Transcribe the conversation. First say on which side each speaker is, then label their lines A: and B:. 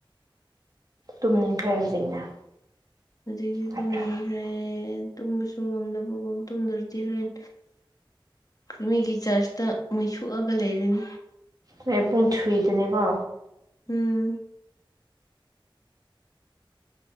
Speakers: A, on the right; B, on the left.
A: ꯇꯨꯝꯅꯤꯡꯈ꯭ꯔꯦ ꯍꯧꯖꯤꯛꯅ
B: ꯍꯧꯖꯤꯛꯗꯤ
A: ꯅꯠꯇ꯭ꯔꯥ
B: ꯇꯁꯦ ꯇꯨꯝꯕꯁꯨ ꯉꯝꯗꯕꯒꯨꯝ ꯇꯨꯝꯗ꯭ꯔꯗꯤ ꯍꯣꯔꯦꯟ ꯃꯤꯒꯤ ꯆꯥꯔꯆꯇ ꯃꯩꯁꯣꯛꯑꯒ ꯂꯩꯔꯅꯤ
A: ꯍꯣꯔꯦꯟ ꯄꯨꯡ ꯊ꯭ꯔꯤꯗꯅꯦꯀꯣ
B: ꯎꯝ